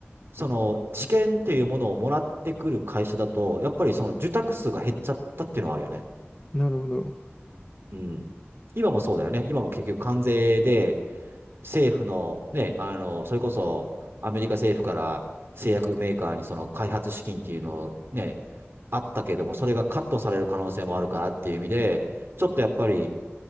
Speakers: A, on the right (about 60°); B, on the left (about 25°).
A: その知見っていうものをもらってくる会社だと、やっぱりその受託数が減っちゃったっていうのはあるよね。
B: なるほど。
A: うん。今もそうだよね。今も結局関税で政府のね、あの、それこそアメリカ政府から製薬メーカーにその開発資金っていうのをね、あったけども、それがカットされる可能性もあるからっていう意味で、ちょっとやっぱり、